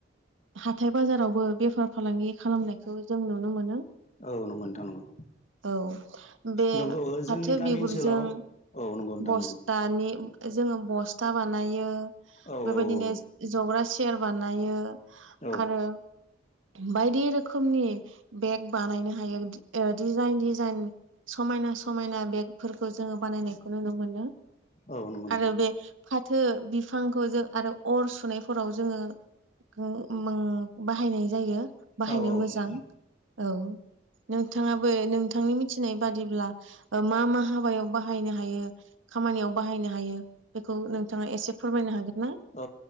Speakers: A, on the right; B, on the left.
A: हाथाय बाजारावबो बेफार फालांगि खालामनायखौ जों नुनो मोनो।
B: औ नंगौ नोंथां नंगौ
A: औ बे
B: नंगौ जोंनि
A: फाथो
B: गामि
A: बिगुरजों
B: ओनसोलाव औ नंगौ नोंथां
A: बस्थानि
B: नंगौ
A: जोङो बस्था बानायो
B: औ
A: बेबायदिनो
B: औ
A: जग्रा सियार बानायो
B: औ
A: आरो बायदि रोखोमनि बेग बानायनो हायो डिजाइन डिजाइन समायना समायना बेगफोरखौ जोङो बानायनायखौ नुनो मोनो।
B: औ नंगौ नोंथां
A: आरो बे फाथो बि फांखौ जों आरो अर सुनायफोराव जोङो बाहायनाय जायो बाहायनो
B: औ औ
A: मोजां औ नोंथाङाबो नोंथांनि मिथिनाय बादिब्ला मा मा हाबायाव बाहायनो हायो खामानियाव बाहायनो हायो बेखौ नोंथाङा एसे फोरमायनो हागोन ना?
B: औ